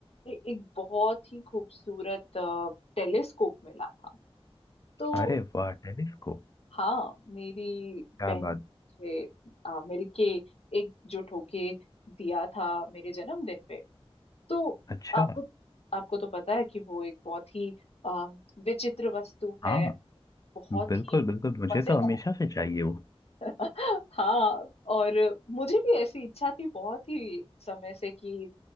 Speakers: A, on the left; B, on the left.
A: ए, एक बहुत ही खूबसूरत अ, टेलीस्कोप मिला था तो
B: अरे वाह टेलीस्कोप
A: हाँ मेरी
B: क्या
A: बहन
B: बात
A: ने मुझे अ, मिलके एकजुट होके दिया था मेरे जन्मदिन पे तो
B: अच्छा
A: आपको आपको तो पता है कि वो एक बहुत ही अ, विचित्र वस्तु
B: हाँ
A: है बहुत
B: बिल्कुल
A: ही
B: बिल्कुल मुझे
A: मजेदार
B: तो हमेशा से चाहिए वो
A: <laughs> हाँ और मुझे भी ऐसी इच्छा थी बहुत ही समय से कि